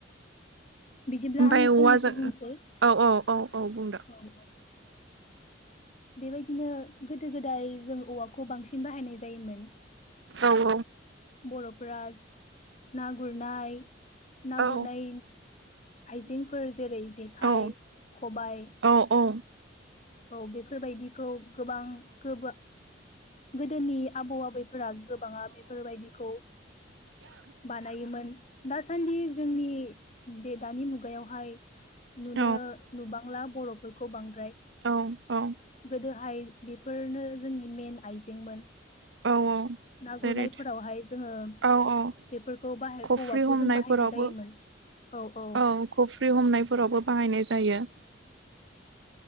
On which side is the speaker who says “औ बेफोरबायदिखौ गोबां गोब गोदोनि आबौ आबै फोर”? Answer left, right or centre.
Left